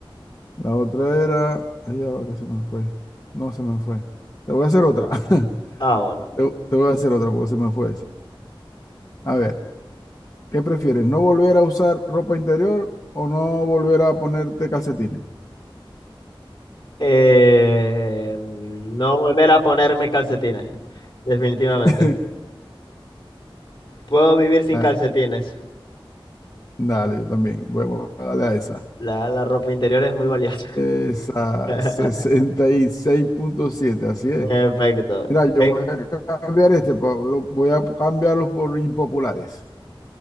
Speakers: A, on the left (about 40°); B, on the left (about 60°).
A: La otra era... Ay, ya va que se me fue. No se me fue. Te voy a hacer otra. <laughs>
B: Ah, bueno.
A: Te, te voy a hacer otra porque se me fue esa. A ver, ¿qué prefieres? ¿No volver a usar ropa interior o no volver a ponerte calcetines?
B: Eh, no volver a ponerme calcetines, definitivamente.
A: <laughs>
B: Puedo vivir sin
A: Ah,
B: calcetines.
A: Dale, yo también. Voy a darle a esa.
B: La, la ropa interior es muy valiosa.
A: Esa
B: <laughs>
A: Sesenta y seis punto siete, así es.
B: Perfecto.
A: Mira, yo
B: Es-
A: voy a cambiar este, Pablo, voy a cambiarlos por impopulares.